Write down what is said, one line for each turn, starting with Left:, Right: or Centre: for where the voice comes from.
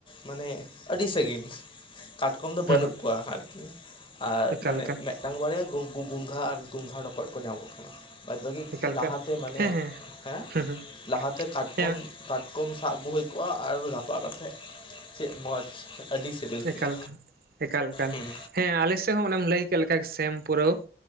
Left: ᱢᱟᱱᱮ ᱟᱹᱰᱤ ᱥᱟᱺᱟᱹᱜᱤᱧ ᱠᱟᱴᱠᱚᱢ ᱫᱚ
Right: ᱦᱩᱸ
Left: ᱵᱟᱹᱱᱩᱜ
Right: ᱦᱩᱸ
Left: ᱠᱚᱣᱟ ᱟᱨᱠᱤ᱾ ᱟᱨ
Right: ᱮᱠᱟᱞ
Left: ᱢᱟᱱᱮ
Right: ᱮᱠᱟᱞ
Left: ᱢᱤᱫᱴᱟᱝ ᱵᱟᱨᱭᱟ ᱜᱩ ᱜᱚᱝ ᱜᱚᱝᱜᱷᱟ ᱟᱨ ᱜᱚᱝᱜᱷᱟ ᱨᱚᱠᱚᱡ ᱠᱚ ᱧᱟᱢᱚᱜ ᱠᱟᱱᱟ᱾ ᱟᱫᱚᱠᱤ
Right: ᱮᱠᱟᱞ ᱮᱠᱟᱞ
Left: ᱞᱟᱦᱟᱛᱮ ᱢᱟᱱᱮ
Right: ᱦᱮᱸ
Left: ᱦᱮᱸ
Right: ᱦᱩᱸ ᱦᱩᱸ
Left: ᱞᱟᱦᱟᱛᱮ ᱠᱟᱴᱠᱚᱢ
Right: ᱦᱮᱸ
Left: ᱠᱟᱴᱠᱚᱢ ᱥᱟᱵ ᱟᱹᱜᱩ ᱦᱩᱭ ᱠᱚᱜᱼᱟ ᱟᱨ ᱨᱟᱯᱟᱜ ᱠᱟᱛᱮᱫ ᱪᱮᱜᱽ ᱢᱚᱡᱽ᱾ ᱟᱹᱰᱤ ᱥᱤᱵᱤᱞ ᱠᱚᱜᱼᱟ
Right: ᱮᱠᱟᱞᱠᱟᱱ ᱮᱠᱟᱞ ᱮᱠᱟᱱ᱾
Left: ᱦᱩᱸ
Right: ᱦᱮᱸ ᱟᱞᱮᱥᱮᱫ ᱦᱚᱸ ᱚᱱᱮᱢ ᱞᱟᱹᱭ ᱠᱮᱫ ᱞᱮᱠᱟ ᱥᱮᱢ ᱯᱩᱨᱟᱹᱣ